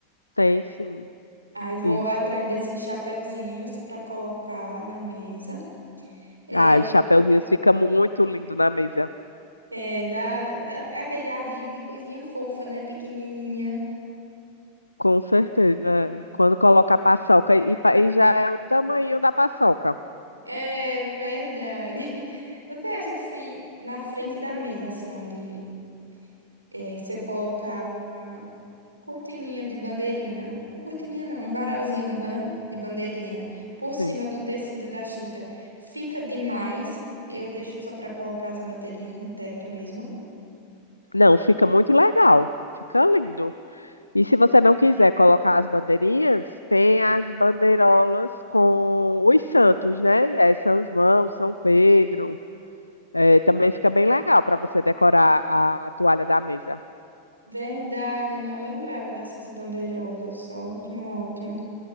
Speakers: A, on the left; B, on the right.
A: Tem sim,
B: Aí vou
A: isso.
B: atrás desses chapeuzinhos para colocar na mesa. É,
A: Ah, os chapeuzinhos ficam muito lindo na mesa.
B: é, dá, dá aquele ar de, de coisinha fofa, né, pequenininha.
A: Com certeza. é. Quando coloca a paçoca, e, pa- e já é o tamanho da paçoca.
B: É verdade. <laughs> Você acha que se na frente da mesa, assim, onde é, se eu colocar uma cortininha de bandeirinha, um cortininha não, um varalzinho de, ban- de bandeirinha por
A: Sim.
B: cima do tecido da chita, fica demais? Eu deixo só pra colocar as bandeirinhas no teto mesmo.
A: Não, fica muito legal. Fica lindo. E se você não quiser colocar as bandeirinhas, tem as bandeirolas com os santos, né? É São João, São Pedro. É, também fica bem legal para você decorar a toalha da mesa.
B: Verdade, não lembrava dessas bandeirolas. Ótimo, ótimo.